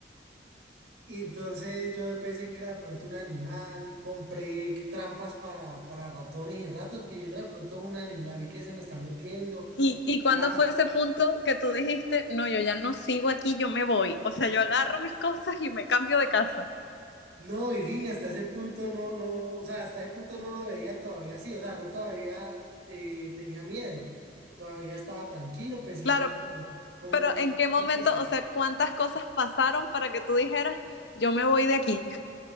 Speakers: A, on the right; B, on the left.
A: Y entonces yo pensé que era de pronto un animal, compré trampas para, para ratones y ratas, porque yo no, de pronto es un animal que se me está metiendo.
B: ¿Y, y cuándo
A: Ah,
B: fue ese punto que tú dijiste, no, yo ya no sigo aquí, yo me voy? O sea, yo agarro mis cosas y me cambio de casa.
A: No, Virginia, hasta ese punto no, no, o sea, hasta ese punto no lo veía todavía así, o sea, no todavía eh, tenía miedo, todavía estaba tranquilo, pensé
B: Claro,
A: que era como, como
B: Pero ¿en qué
A: otra
B: momento,
A: cosa.
B: o sea, cuántas cosas pasaron para que tú dijeras, yo me voy de aquí?